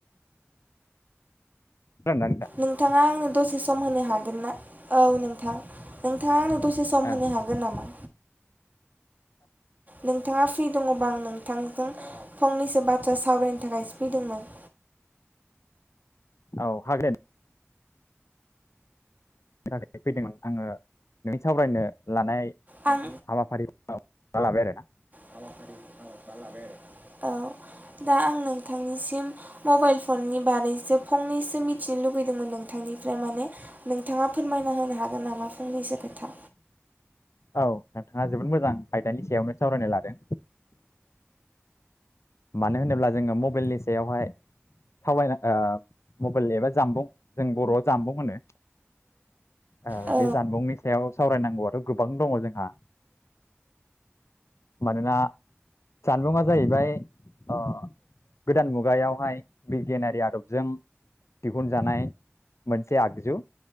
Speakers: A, on the left; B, on the right.
A: खोनादोंना नोंथां
B: नोंथाङा आंनो दसे सम होनो हागोन ना? औ नोंथां नोंथां नोंथाङा आनो दसे सम
A: औ
B: होनो हागोन नामा? नोंथाङा फ्रि दङ आं नोंथांजों फंनैसो बाथ्रा सावरायनो <unintelligible> फैदोंमोन
A: औ हागोन। <unintelligible> फैदोंमोन आङो नोंनि सावरायनो लानाय
B: आं
A: हाबाफारिखौ लाबाय आरोना
B: <unintelligible> <unintelligible> औ दा आं नोंथांनिसिम मबाइल फननि बारैसो फंनैसो मिथिनो लुुबैदोंमोन नोंथांनिफ्राय माने नोंथाङा फोरमायना होनो हागोन नामा? फंनैसो खोथा।
A: औ नोंथाङा जोबोद मोजां आयदानि सायावनो सावरायना लादों। मानो होनोब्ला जोङो मबेलनि सायावहाय सावरायनो ओ मबेलनि एबा जामबुं जों बर'आव जामबुं होनो ओ
B: औ
A: बे जामबुंनि सायाव सावरायनांगौ आंथ गोबां दङ जोंहा मानोना जामबुङा जाहैबाय। ओ गोदान मुगायावहाय बिगियानारि आदबजों दिहुनजानाय मोनसे आगजु